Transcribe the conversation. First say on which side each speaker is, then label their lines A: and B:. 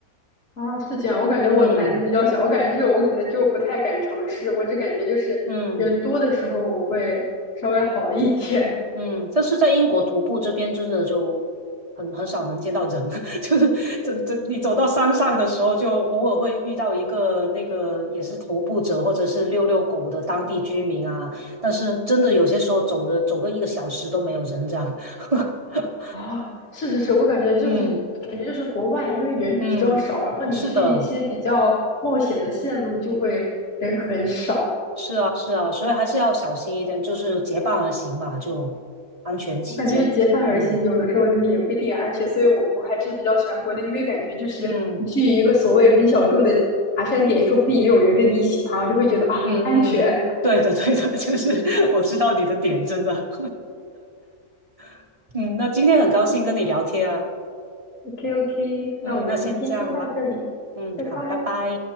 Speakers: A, on the left; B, on the right.
A: 啊，是这样，我感觉我胆子比较小，
B: 嗯
A: 我感觉这种我可能就不太敢尝试。我只感觉就是人多的时候我会稍微好一点
B: 嗯嗯，但是在英国徒步这边真的就很很少能见到人，<laughs> 就是这这你走到山上的时候，就偶尔会遇到一个那个也是徒步者或者是遛遛狗的当地居民啊，但是真的有些时候走的走个一个小时都没有人这样。<laughs>
A: 啊。是是是，我感觉就是感觉就是国外，
B: 嗯
A: 因为人比较少，
B: 嗯，
A: 然后你去一些比较冒险的线路就会人很少。
B: 是的。是啊，是啊，所以还是要小心一点，就是结伴而行吧，就安全起见。
A: 我感觉结伴而行，
B: 嗯
A: 有的时候就是也不一定安全，所以我我还是比较喜欢国内，因为感觉就是你去一个所谓很小众的爬山点，
B: 嗯
A: 说不定也有人跟你一起爬，我就会觉得啊安全。
B: 嗯嗯，对的对的，<laughs> 就是我知道你的点，真的。<laughs> 嗯，那今天很高兴跟你聊天啊。
A: OK OK，
B: 嗯，
A: 那我们今天先到这里，
B: 那先这样啦。嗯，
A: 拜拜。
B: 好，拜拜。